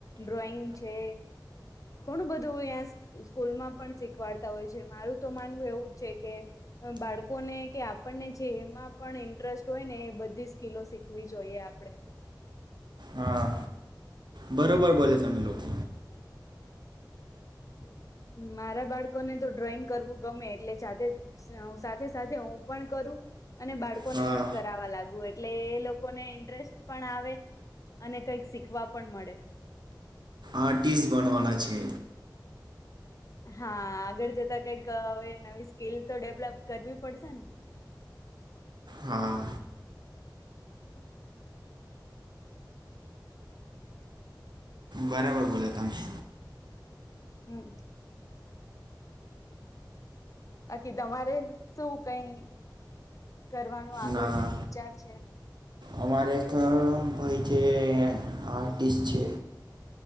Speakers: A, on the left (about 45°); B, on the right (about 70°).
A: ડ્રોઈંગ છે ઘણું બધું તોઆસ ઈ સ્કૂલ માં પણ શીખવાડતા હોય છે મારું તો માનવું એવું જ છે કે એ બાળકોને ને કે આપણને જેમાં પણ ઇન્ટરેસ્ટ હોય ને એ બધી સ્કીિલો શીખવી જોઈએ આપણે હ અ
B: હા બરોબર બોલે તમે લોકો
A: <inaudible> મારા બાળકોને તો ડ્રોઈંગ કરવું ગમે એટલે જાતે સયાઉ સાથે સાથે હું પણ કરું અને બાળકો
B: હા
A: ને પણ કરાવા લાગુ એ એટલે એ લોકોને ઇન્ટરેસ્ટ પણ આવે અને કંઈક શીખવા પણ મળે
B: આર્ટિસ્ટ બનવાના છે
A: હા આગળ જતા કઈક હવે નવી સ્કીલ તો ડેવલપ કરવી પડશે ને
B: હા
A: <inaudible>
B: બરાબર બોલ્યા તમે
A: હમ બાકી તમારે શું કઈ કરવાનું આગળ
B: ના
A: કઈ વિચાર છે
B: અમારે તો ભાઈ આર્ટિસ્ટ છે